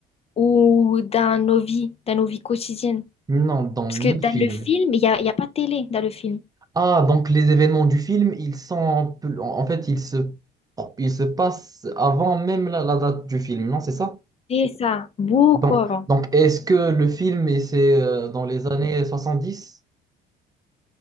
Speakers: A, on the left; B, on the right.
A: ou dans nos vies, dans nos vies quotidiennes.
B: Non, dans
A: Parce
B: le
A: que dans
B: film.
A: le film, il y a, il y a pas de télé dans le film.
B: Ah, donc les événements du film, ils sont un peu- en en fait, ils se, ils se passent avant même la, la date du film, non, c'est ça?
A: C'est ça, beaucoup
B: Donc,
A: avant.
B: donc est-ce que le film, et c'est euh, dans les années soixante-dix,